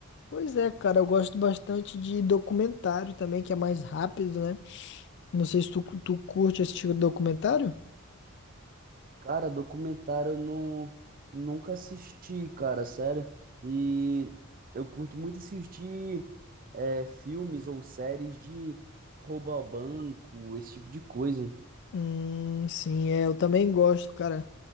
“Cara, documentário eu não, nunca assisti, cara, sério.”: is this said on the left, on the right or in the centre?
Right